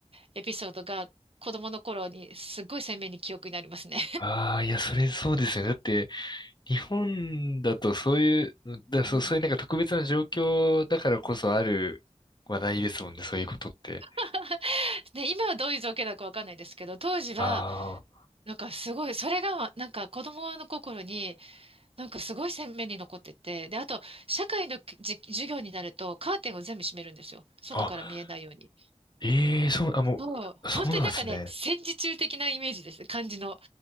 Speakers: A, on the right; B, on the left.
A: エピソードが、子供の頃にすっごい鮮明に記憶になりますね。
B: ああ、いや、それそうですよね。だって、日本だとそういう、だ、そう、
A: うん。
B: そういうなんか特別な状況だからこそある話題ですもんね、そういうことって。
A: <laughs> ね、今はどういう状況だかわかんないですけど、当時は、
B: あ
A: なんかすごい、それがなんか子供の心になんかすごい鮮明に残ってて、で、あと社会のじ授業になるとカーテンを全部閉めるんですよ。外から見えないように。
B: あ、あ、ええそう、あ、もう、
A: そう、本当になんかね、
B: そうなんですね。
A: 戦時中的なイメージです。感じの。